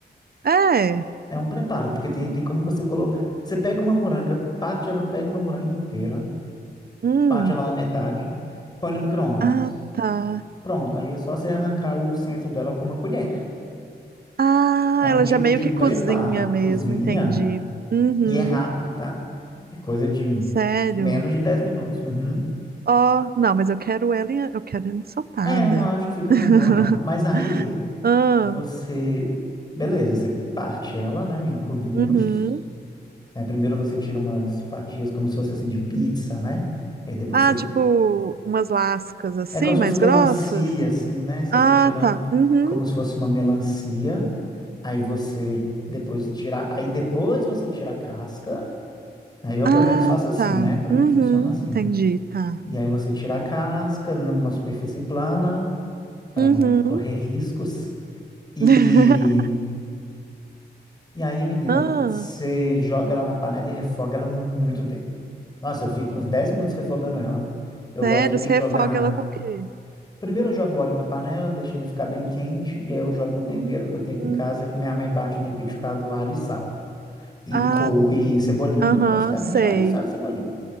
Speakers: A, on the right; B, on the left.
A: É.
B: É um preparo, porque tem, tem como você colocar. Você pega uma moranga, parte ela, pega uma moranga inteira,
A: Hum.
B: parte ela na metade, põe no micro-ondas.
A: Ah, tá.
B: Pronto, aí é só você arrancar o centro dela com uma colher.
A: Ah,
B: É um
A: ela
B: tipo
A: já meio
B: de
A: que
B: preparo,
A: cozinha mesmo,
B: cozinha,
A: entendi. Uhum.
B: e é rápido, tá? É coisa de
A: Sério.
B: menos de 10 minutos. Uhum.
A: Ó, não, mas eu quero ela, em- eu quero ela ensopada.
B: É, eu não acho que fica
A: <laughs>
B: tão boa, não. Mas aí
A: Ah,
B: você. Beleza, você parte ela, né, em cubinhos.
A: uhum.
B: né? Primeiro você tira umas fatias como se fosse assim de pizza, né? E depois
A: Ah,
B: você.
A: tipo, umas lascas assim,
B: É como se
A: mais
B: fosse melancia,
A: grossas?
B: assim, né? Você
A: Ah,
B: vai tirando
A: tá. Uhum.
B: como se fosse uma melancia. Aí você depois tira. Aí depois você tira a casca. Aí eu
A: Ah,
B: pelo menos faço assim,
A: tá.
B: né? Para
A: Uhum.
B: mim funciona assim.
A: Entendi, tá.
B: E aí você tira a casca numa superfície plana para
A: Uhum.
B: não correr riscos. E,
A: <laughs>
B: e aí, menina,
A: Ah,
B: você joga ela na panela e refoga ela muito tempo. Nossa, eu fico uns 10 minutos refogando ela. Eu gosto
A: sério,
B: de
A: você
B: jogar.
A: refoga ela com o quê?
B: Primeiro eu jogo óleo na panela, deixo ele ficar bem quente, e aí eu jogo um tempero
A: Uhum.
B: que eu tenho aqui em casa que minha mãe bate no liquidificador alho e sal. E,
A: Ah,
B: cou... e cebolinha.
A: aham,
B: Basicamente,
A: sei,
B: alho, sal e cebolinha.